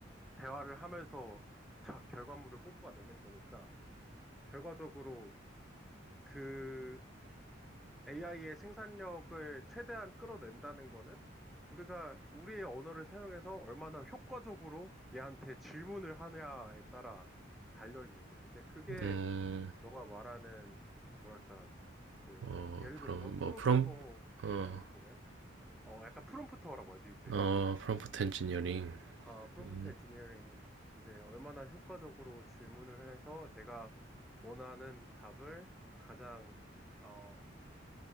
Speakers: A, in the centre; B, on the right.
A: 대화를 하면서 자, 결과물을 뽑아내는 거니까 결과적으로 그 AI의 생산력을 최대한 끌어낸다는 거는 우리가 우리의 언어를 사용해서 얼마나 효과적으로 얘한테 질문을 하냐에 따라 달려 있는 거지. 이제 그게
B: 음,
A: 너가 말하는 뭐랄까 그
B: 어,
A: 예를
B: 그럼,
A: 들어서
B: 뭐,
A: 프로그래머
B: 프롬, 어,
A: 입장에서 보면 어 약간 프롬프터라고 하지 이제
B: 어, 프롬프트 엔지니어링.
A: 아, 프롬프트
B: 음,
A: 엔지니어링 하지. 이제 얼마나 효과적으로 질문을 해서 내가 원하는 답을 가장, 어,